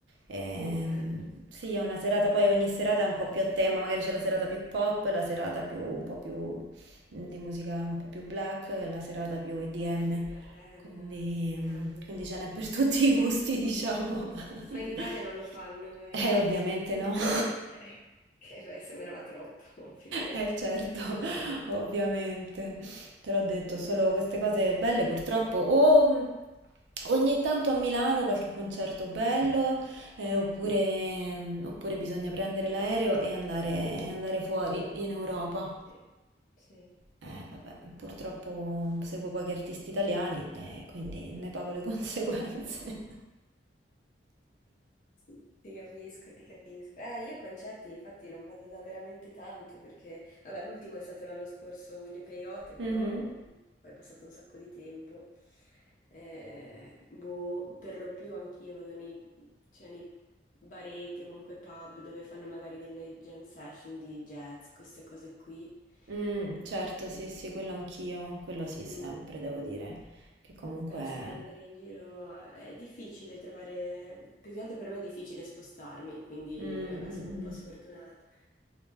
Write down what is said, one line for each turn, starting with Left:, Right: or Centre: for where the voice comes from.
Right: Ehm,
Left: che bello.
Right: sì, è una serata, poi ogni serata è un po' più a tema, magari c'è la serata più pop, la serata più, un po' più mh, di musica un po' più black, la serata più EDM,
Left: Bello,
Right: quindi,
Left: cavolo.
Right: mh, quindi ce n'è per <laughs> tutti i gusti, diciamo.
Left: Ma in Italia non
Right: <laughs>
Left: lo fanno, ovviamente,
Right: Eh, ovviamente
Left: questo. Ok,
Right: no. <laughs>
Left: <laughs> che beh, sembrava troppo, <laughs> figurati.
Right: Eh, certo, <laughs> ovviamente. Te l'ho detto,
Left: Vabbè.
Right: solo queste cose belle purtroppo. O mh, ogni tanto a Milano qualche concerto bello, eh, oppure,
Left: Mm,
Right: mh, oppure bisogna prendere l'aereo e andare, e andare fuori in Europa.
Left: Sì, sì.
Right: Eh, vabbè, purtroppo seguo pochi artisti italiani e quindi ne pago le <laughs> conseguenze.
Left: Sì, Ti capisco, ti capisco. Eh, io concerti infatti non vado da veramente tanto perché, vabbè, l'ultimo è stato l'anno scorso, Wille Peyote, però
Right: Mhm.
Left: poi è passato un sacco di tempo. Eh, boh, per lo più anch'io vado nei, cioè, nei baretti o comunque pub dove fanno magari delle jam session di jazz, queste cose qui.
Right: Mh, certo,
Left: Ehm,
Right: sì, sì, quello anch'io, quello sì,
Left: mm.
Right: sempre devo dire, che comunque
Left: Però sì, andare in giro eh, è difficile trovare, più che altro per me è difficile spostarmi, quindi
Right: mh,
Left: vabbè,
Right: mh,
Left: sono un po' sfortunata.